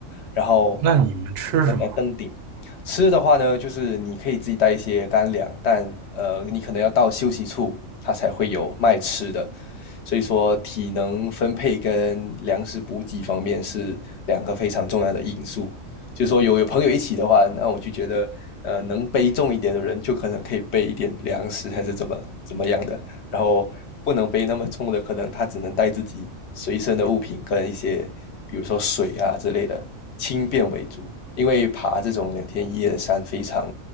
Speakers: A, on the left (about 60°); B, on the right (about 65°).
A: 然后
B: 那你们吃什么？
A: 过在登顶，吃的话呢，就是你可以自己带一些干粮，但呃，你可能要到休息处，它才会有卖吃的。所以说，体能分配跟粮食补给方面是两个非常重要的因素。就是说有有朋友一起的话，那我就觉得呃能背重一点的人就可能可以背一点粮食还是怎么怎么样的，然后不能背那么重的，可能他只能带自己随身的物品跟一些比如说水啊之类的，轻便为主。因为爬这种两天一夜的山非常